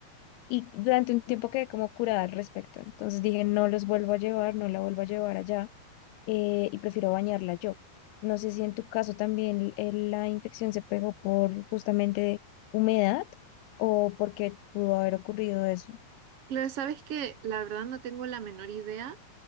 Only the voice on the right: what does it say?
Claro, sabes que la verdad no tengo la menor idea